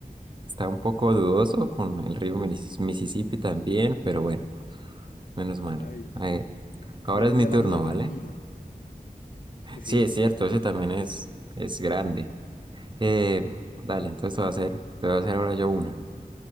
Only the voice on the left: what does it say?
Ay,
sí, yo tenía
las dudas con
el Nilo. Sí, sí.